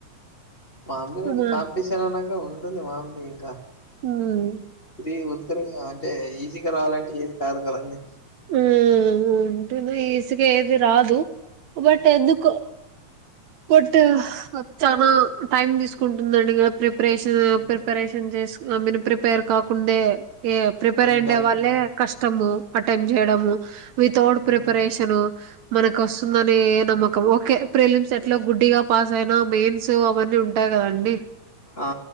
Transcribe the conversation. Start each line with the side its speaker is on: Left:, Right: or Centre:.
Left: మాములుగాండి
Right: అమ్మా.
Left: కాంపిటీషన్ అన్నాక ఉంటుంది మాములే ఇంకా
Right: ఉమ్,
Left: ఇది ఉద్ధరుగా అంటే ఈజీగా రావాలంటే ఏది కాదు కదన్నీ
Right: ఉమ్ ఉంటుంది ఈజీగా ఏది రాదు
Left: హ్మ్.
Right: బట్ ఎందుకో కొట్టు వచ్చాన టైం తీసుకుంటుంది దండిగ ప్రిపరేషన్
Left: హ్మ్.
Right: ప్రిపరేషన్ చేసు ఆమెను ప్రిపేర్ కాకుండే ఏ ప్రిపేర్
Left: అంతే
Right: అయ్యుండేవాల్లే
Left: అంతే
Right: కష్టము అటెండ్ చేయడము వితౌడ్
Left: హ్మ్
Right: ప్రిపరేషను మనకు వస్తుందనే నమ్మకం ఓకే ప్రిలిమ్ సే లో గుడ్డిగా పాస్ అయినా మెయిన్స్ అవన్నీ ఉంటాయి కదండి
Left: ఆ